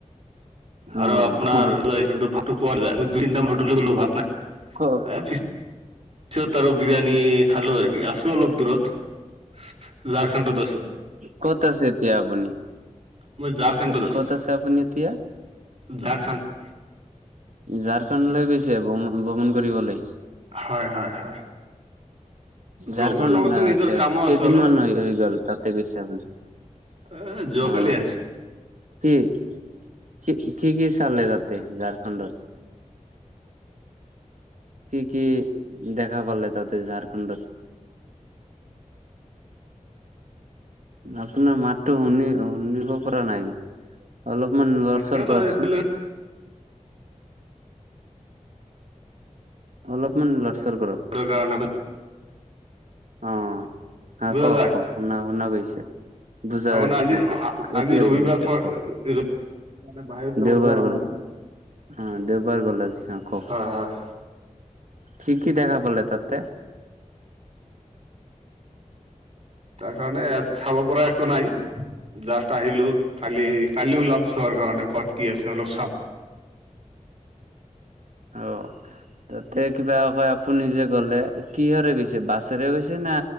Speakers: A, on the right; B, on the right.
A: অ
B: আৰু আপোনাৰ
A: অ
B: কিন্তু <unintelligible> মই দুই তিনিটা মান হোটেলত গলো ভাত নাই।
A: ক'ক?
B: পিছত আৰু বিৰিয়ানী খালো আৰু আছে। ত'অলপ দূৰত ঝাৰখণ্ডত আছোঁ।
A: ক'ত আছে এতিয়া আপুনি?
B: মই ঝাৰখণ্ডত
A: ক-
B: আছো
A: ক'ত আছে আপুনি এতিয়া?
B: ঝাৰখণ্ড।
A: ঝাৰখণ্ড লৈ গৈছে ভ্ৰম- ভ্ৰমণ কৰিবলৈ?
B: হয় -হয় -হয়। ভ্ৰমণ
A: ঝাৰখণ্ড
B: লগতে নিজৰ
A: আচ্ছা
B: কামো আছে
A: কেইদিন
B: অলপ
A: মান হৈ হৈ গ'ল তাতে গৈছে আপুনি?
B: অ, যোৱা
A: অ
B: কালি আহিছোঁ।
A: কি- কি- কি -কি চালে তাতে ঝাৰখণ্ডত? কি- কি দেখা পালে তাতে ঝাৰখণ্ডত? আপোনাৰ মাতটো শুনি শুনিব পৰা নাই, অলপমান লৰ
B: এতিয়াও
A: চৰ
B: ত-
A: কৰকচোন।
B: এতিয়ালৈকে
A: অলপমান লৰচৰ কৰক।
B: কিহৰ কাৰণে হোইত <unintelligible>
A: অ আহ
B: বুজা
A: কওক
B: যায়
A: কওক শুনা শুনা গৈছে। বুজায়
B: তাৰমানে আজি
A: হ
B: আজি
A: এতিয়া
B: ৰবিবাৰ
A: বুজাইছে
B: থ-
A: কওক।
B: ৰবিবাৰ মানে বাহিৰত যাব
A: দেওবাৰ
B: পৰা
A: গল,
B: নাই
A: অ দেওবাৰ গল আজি অ কওক।
B: হয় হয়
A: কি কি দেখা পালে তাতে?
B: তাৰ কাৰণে ইয়াত চাব পৰা একো নাই। জাষ্ট আহিলো কালি কালি ওলাম চোৱাৰ কাৰণে কত কি আছে অলপ চাম।
A: অ। তাতে কিবা কয় আপুনি যে গ'লে কিহৰে গৈছে বাছেৰে গৈছে না?